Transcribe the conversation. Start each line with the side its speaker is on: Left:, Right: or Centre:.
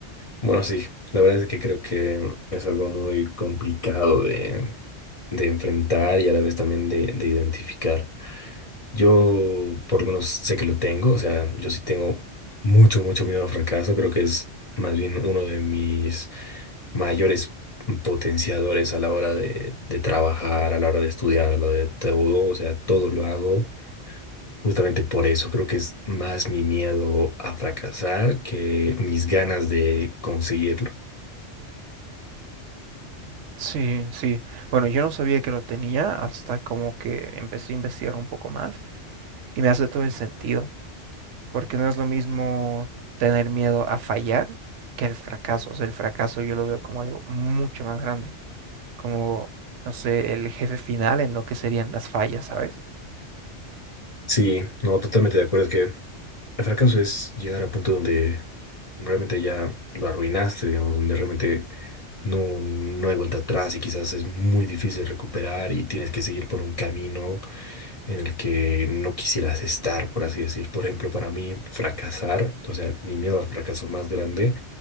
Left: bueno, sí, la verdad es que creo que es algo muy complicado de, de enfrentar y a la vez también de, de identificar. Yo por lo menos sé que lo tengo, o sea, yo sí tengo mucho, mucho miedo al fracaso, creo que es más bien uno de mis mayores potenciadores a la hora de, de trabajar, a la hora de estudiar, a la hora de todo, o sea, todo lo hago justamente por eso, creo que es más mi miedo a fracasar que mis ganas de conseguirlo.
Right: Sí, sí. Bueno, yo no sabía que lo tenía hasta como que empecé a investigar un poco más y me hace todo el sentido, porque no es lo mismo tener miedo a fallar que el fracaso. O sea, el fracaso yo lo veo como algo mucho más grande, como, no sé, el jefe final en lo que serían las fallas, ¿sabes?
Left: Sí, no, totalmente de acuerdo, es que El fracaso es llegar a punto donde realmente ya lo arruinaste, digamos, donde realmente no, no hay vuelta atrás y quizás es muy difícil recuperar y tienes que seguir por un camino en el que no quisieras estar, por así decir. Por ejemplo, para mí, fracasar, o sea, mi miedo al fracaso más grande